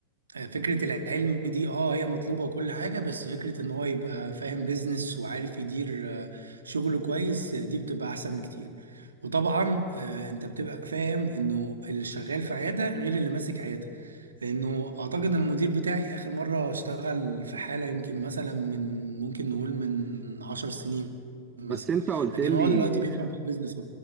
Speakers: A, on the right; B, on the right.
A: فكرة العلم دي اه هي مطلوبة وكل حاجة بس فكرة ان هو يبقى فاهم بيزنس وعارف يدير آه، شغله كويس آه، دي بتبقى احسن بكتير وطبعا آه، انت بتبقى فاهم انه اللي شغال في عيادة غير اللي ماسك عيادة لانه اعتقد إن المدير بتاعي اخر مرة اشتغل في حالة يمكن مثلا من ممكن نقول من عشر سنين مثلا
B: بس انت قلت
A: لكن
B: لي
A: هو دلوقتي بيفهم في البيزنس